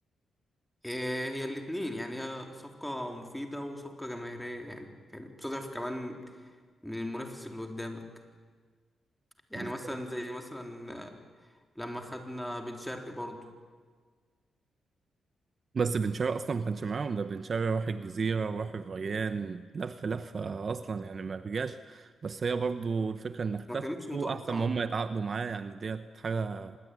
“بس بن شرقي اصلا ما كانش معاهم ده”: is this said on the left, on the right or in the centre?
Right